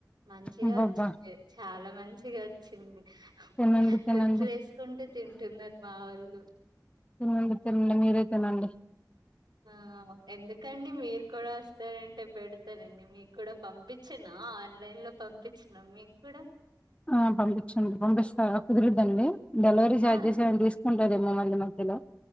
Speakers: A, on the right; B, on the left.
A: మంచిగా
B: అబ్బబ్బా
A: వచ్చింది చాలా మంచిగా వచ్చింది
B: తినండి తినండి
A: లోట్టలు వేసుకుంటూ తింటున్నరు మా వాళ్ళు
B: తినండి తినండి మీరే తినండి
A: ఆ ఎందుకండి మీరు కూడ వస్తారంటే పెడతారండి మీకు కూడా పంపించను ఆ ఆన్లైన్ లో పంపించిన మీకు కూడా
B: ఆ పంపించండి పంపిస్తా కుదురద్దండి డెలివరీ ఛార్జెస్
A: ఆ
B: ఏమ తీసుకుంటదేమో మ మ మధ్యలో